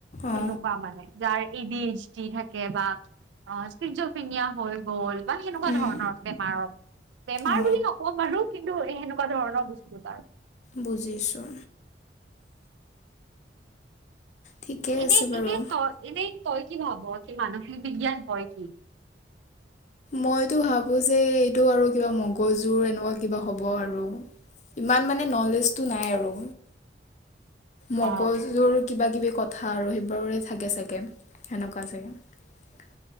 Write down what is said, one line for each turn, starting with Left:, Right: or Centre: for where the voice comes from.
Right: সেনেকুৱা
Left: অ
Right: মানে যাৰ ইডিচি থাকে বা স্কিটছ অফ ইণ্ডিয়া হৈ গ'ল। বা সেনেকুৱা
Left: উম
Right: ধৰণৰ বেমাৰৰ বেমাৰ
Left: অ
Right: বুলি নকওঁ বাৰু কিন্তু এ এনেকুৱা ধৰণৰ বস্তু তাৰ,
Left: বুজিছোঁ। ঠিকে
Right: এনেই
Left: আছে বাৰু
Right: এনে তই এনেই তই কি ভাব কি মানসিক বিজ্ঞান হয় কি?
Left: মইতো ভাবো যে এইটো আৰু কিবা মগজুৰ এনেকুৱা কিবা হ'ব আৰু ইমান মানে নলেজটো নাই আৰু মগজুৰ
Right: অ
Left: কিবা কিবি কথা। থা ৰহিত বাৰোৰে থাকে চাগে সেনেকুৱা চাগে।